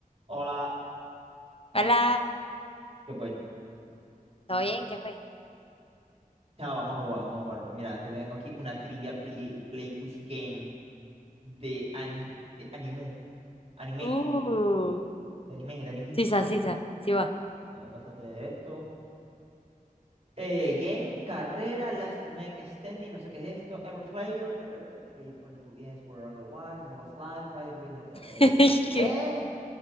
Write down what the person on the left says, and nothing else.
Hola,
¿todo bien? ¿Qué fue?
Uh,
sisa, sisa, sí va.
<laughs>
¿Qué?